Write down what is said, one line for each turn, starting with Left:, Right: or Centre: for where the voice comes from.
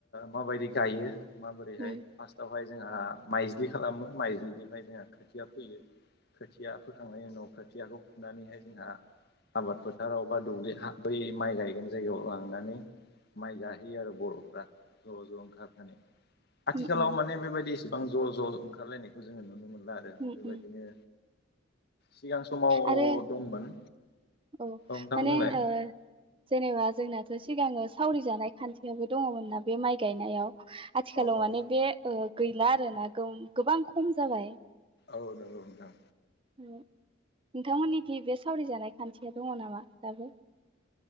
Left: माबायदि गायो माबोरैहाय
Right: उम
Left: फार्स्टआवहाय जोंहा माइज्लि खालामो माइज्लिनिफ्राय जोंहा खोथिया फैयो खोथिया फोखांनायनि उनाव खोथियाखौ फुनानैहाय जोंहा आबाद फोथा राव बा दुब्लि बै माइ गायगोन जायगायाव लांनानै माइ गाहोयो आरो बर'फ्रा ज' ज' ओंखारफानो आथिखालाव
Right: उम उम
Left: माने बेबायदि इसेबां ज' ज' ओंखारलायनायखौ जोङो नुनो मोनला आरो आरो
Right: उम
Left: बेबायदिनो
Right: उम
Left: सिगां समाव
Right: आरो
Left: दंमोन
Right: औ
Left: नोंथां
Right: माने
Left: बुंलाय
Right: आ जेनेबा जोंनाथ' सिगांनो सावरि जानाय खान्थियो दङमोनना बे माइ गायनायाव आथिखालाव
Left: औ औ
Right: माने बे गैला आरोना गोबां खम जाबाय
Left: औ नंगौ नोंथां
Right: औ नोंथांमोननि दि बे सावरिजानाय खान्थिया दङ नामा दाबो